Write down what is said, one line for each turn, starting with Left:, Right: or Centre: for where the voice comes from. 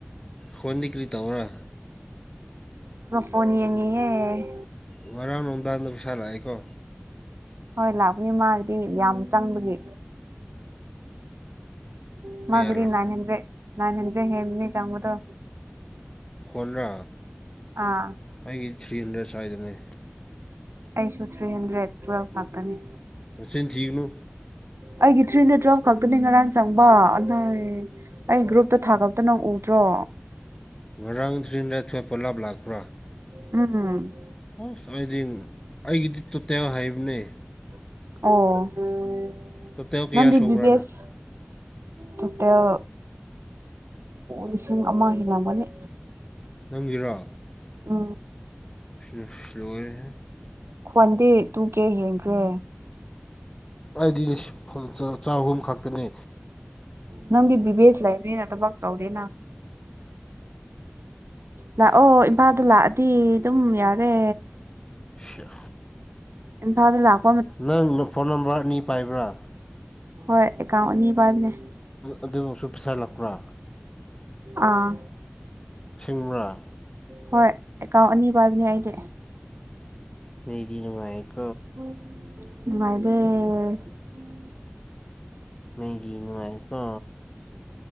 Left: ꯍꯣꯟꯗꯤ ꯀ꯭ꯔꯤ ꯇꯧꯔ
Right: ꯐꯣꯟꯟ ꯌꯦꯡꯉꯤꯑꯦ
Left: ꯉꯔꯥꯡ ꯅꯣꯝꯗꯥꯖꯗ ꯄꯩꯁꯥ ꯂꯥꯛꯑꯦꯀꯣ
Right: ꯍꯣꯏ ꯂꯥꯛꯄꯅꯤ ꯃꯥꯒꯤꯗꯤ ꯌꯥꯝ ꯆꯪꯕꯒꯤ ꯎ
Left: ꯀꯌꯥ
Right: ꯃꯥꯒꯗꯤ
Left: ꯂꯥꯛꯄ꯭ꯔꯥ
Right: ꯅꯥ ꯏꯟ ꯍꯟꯗ꯭ꯔꯦꯠ ꯅꯅꯥꯟ ꯍꯟꯗ꯭ꯔꯦ ꯍꯦꯟꯕꯅꯤ ꯆꯉꯗꯣ
Left: ꯍꯣꯟꯗ꯭ꯔꯥ
Right: ꯑꯥ
Left: ꯑꯩꯒꯤ ꯊ꯭ꯔꯤ ꯍꯟꯗ꯭ꯔꯦꯠ ꯁ꯭ꯋꯥꯏꯗꯅꯦ
Right: ꯑꯩꯁꯨ ꯊ꯭ꯔꯤ ꯍꯟꯗ꯭ꯔꯦꯠ ꯇꯨꯋꯦꯜꯐ ꯈꯥꯛꯇꯅꯤ
Left: ꯅꯆꯅꯤ ꯊꯒꯅ
Right: ꯑꯩꯒꯤ ꯊ꯭ꯔꯤꯅ ꯇꯨꯋꯦꯜꯐ ꯈꯛꯇꯅꯤ ꯉꯔꯥꯡ ꯆꯪꯕ ꯑꯗꯨꯏ ꯑꯩ ꯒ꯭ꯔꯨꯞꯇ ꯊꯥꯒꯇꯅ ꯎꯗ꯭ꯔꯣ
Left: ꯉꯔꯥꯡ ꯔꯤꯗ ꯊ ꯄꯣꯂꯞꯕ꯭ꯂꯥꯛ <unintelligible>
Right: ꯎꯝ
Left: ꯑꯁ ꯍꯥꯏꯗꯤ ꯑꯩꯒꯤꯗꯤ ꯇꯣꯇꯦꯜ ꯍꯩꯕꯅꯦ
Right: ꯑꯣ
Left: ꯀꯌꯥ
Right: ꯅꯪꯗꯤ
Left: ꯁꯨꯕ꯭ꯔꯅ
Right: ꯕꯤ ꯕꯤ ꯑꯦꯁ ꯇꯣꯇꯦꯜ ꯂꯤꯁꯤꯡ ꯑꯃ ꯍꯤꯟꯅꯕꯅꯤ
Left: ꯅꯪꯒꯤꯔꯣ
Right: ꯑ
Left: ꯐ꯭ꯂꯣꯔꯦ
Right: ꯈ꯭ꯋꯥꯟꯗꯤ ꯇꯨ ꯀꯦ ꯌꯦꯦꯟꯈ꯭ꯔꯦ
Left: ꯑꯩꯗꯤ ꯆꯍꯨꯝ ꯈꯛꯇꯅꯦ
Right: ꯅꯪꯗꯤ ꯕꯤꯕꯦꯁ ꯂꯩꯥꯏꯕꯅꯤꯅ ꯊꯕꯛ ꯇꯧꯗꯦꯅ ꯂ ꯑꯣ ꯏꯄꯥꯥꯗ ꯂꯥꯛꯑꯗꯤ ꯑꯗꯨꯝ ꯌꯥꯔꯦ
Left: ꯑ
Right: ꯑꯦꯟ ꯐꯥꯎ ꯑꯗꯨ ꯂꯥꯛꯑꯣ
Left: ꯅꯪ ꯐꯣꯟ ꯅꯝꯕꯔ ꯑꯅꯤ ꯄꯥꯏꯕ꯭ꯔꯥ
Right: ꯍꯣꯏ ꯑꯦꯀꯥꯎꯟ ꯑꯅꯤ ꯄꯥꯏꯕꯅꯦ
Left: ꯑꯗꯨꯁꯨ ꯄꯩꯁꯥ ꯂꯥꯛꯄ꯭ꯔꯥ
Right: ꯑꯥ
Left: ꯁꯤꯡꯃꯔꯥ
Right: ꯍꯣꯏ ꯑꯦꯀꯥꯎꯟ ꯑꯅꯤ ꯄꯥꯏꯕꯅꯦ ꯑꯩꯗꯤ
Left: ꯃꯤꯗꯤ ꯅꯨꯡꯉꯥꯏꯔꯦ
Right: ꯋꯥꯚꯏ ꯍꯝ
Left: ꯃꯦꯒꯤꯅꯤꯅꯨꯡꯉꯀ